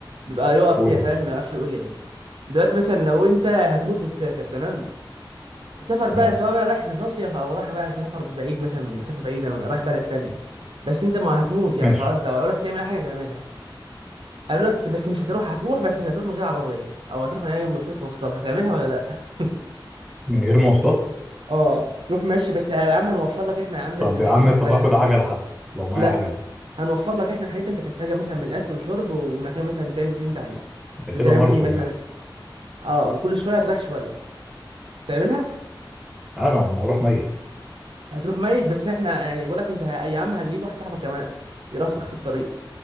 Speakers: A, on the right; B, in the centre.
A: بيبقى يقف
B: هو
A: كده
B: يا
A: فاهم
B: باشا
A: ما يعرفش يقول ايه دلوقتي مثلا لو انت هتموت وتسافر تمام سفر بقى
B: تمام
A: سواء بقى رايح لمصيف او رايح بقى سفر بعيد مثلا مسافه بعيده رايح بلد تانية بس انت ما هتموت يعني
B: ماشي
A: خلاص بقى اقول لك تعمل اي حاجه هتعملها اقول لك بس مش هتروح هتروح بس مش هتروح من غير عربيه او هتروح من اي وسيله مواصلات هتعملها ولا لا <laughs>
B: من غير مواصلات
A: اه تروح ماشي بس يا عم هنوفر لك احنا يا عم
B: طب
A: الحاجات
B: يا عم
A: اللي انت تحتاجها
B: طب اخد عجله حتى لو معايا
A: لا
B: عجله
A: هنوفر لك احنا الحاجات اللي انت تحتاجها مثلا من الاكل وشرب ومكان مثلا تعمل فيه اللي انت عايزه
B: ده
A: تنام
B: كده ماراثون
A: فيه مثلا
B: يعني
A: اه وكل شويه هتريح شويه تعملها
B: انا انا هروح ميت
A: هتروح ميت بس احنا يعني بقول لك انت ه- يا عم هتجيب واحد صاحبك كمان يرافقك في الطريق